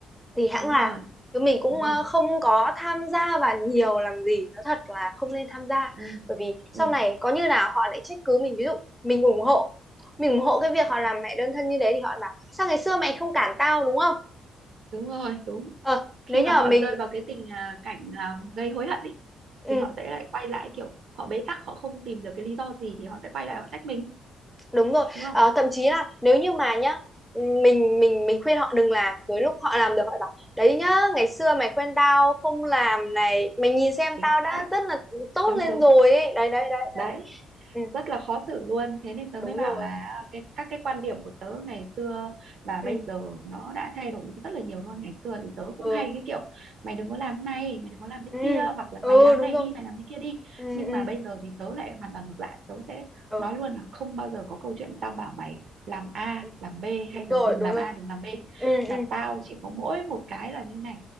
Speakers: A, in the centre; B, on the right (about 65°).
A: thì hãng
B: đúng
A: làm
B: rồi
A: chứ mình cũng
B: đúng
A: ờ,
B: rồi
A: không có tham gia vào nhiều làm gì nó thật là không nên tham gia
B: ừ,
A: bởi vì
B: ừ.
A: sau này có như nào họ lại trách cứ mình ví dụ mình ủng hộ mình ủng hộ cái việc họ làm mẹ đơn thân như đấy thì họ bảo sao ngày xưa mày không cản tao đúng không
B: đúng rồi đúng
A: ờ nếu
B: khi mà
A: như mà
B: họ
A: mình
B: rơi vào cái tình à, cảnh à, gây hối hận ấy
A: ừ
B: thì họ sẽ lại quay lại kiểu họ bế tắc họ không tìm được cái lý do gì thì họ sẽ quay lại
A: ờ,
B: họ trách mình
A: đúng rồi
B: đúng không
A: ờ, thậm chí là nếu như mà nhá ừ, mình mình mình khuyên họ đừng làm tới lúc họ làm được họ bảo đấy nhá ngày xưa mày khuyên tao không làm này mày nhìn xem
B: chính
A: tao đã
B: xác
A: rất là tốt
B: đúng
A: lên
B: đúng
A: rồi ấy đấy đấy đấy
B: đấy
A: ừ,
B: rất là khó xử luôn thế nên tớ
A: đúng
B: mới bảo
A: rồi
B: là à, cái các cái quan điểm của tớ ngày xưa và
A: ừ
B: bây giờ nó đã thay đổi rất là nhiều luôn ngày xưa thì tớ cũng
A: ừ
B: hay cái kiểu mày đừng có làm cái này mày đừng có làm cái
A: ừ
B: kia hoặc là
A: ừ
B: mày làm
A: đúng
B: cái này
A: rồi
B: đi mày làm cái kia đi
A: ừ
B: nhưng
A: ừ
B: mà bây giờ thì tớ lại hoàn toàn ngược lại tớ sẽ
A: ừ
B: nói luôn là không bao giờ có câu chuyện tao bảo mày làm A
A: ừ,
B: làm B
A: đúng
B: hay là
A: rồi
B: đừng
A: đúng
B: làm
A: rồi
B: A đừng làm B
A: ừ
B: mà
A: ừ
B: tao chỉ có mỗi một cái là như này